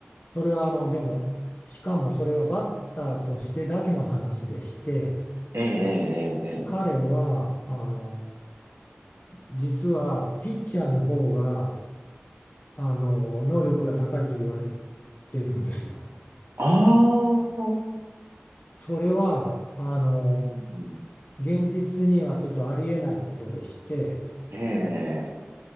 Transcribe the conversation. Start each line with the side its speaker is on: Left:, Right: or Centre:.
Left: それはあのでもしかもそれはバッターとしてだけの話でして
Right: ええ、ええ。ええ
Left: 彼はあの実はピッチャーの方があの能力が高いと言われているんですよ。
Right: ああ、うん
Left: それはあの
Right: うん
Left: 現実にはちょっとありえないことでして。
Right: ええ、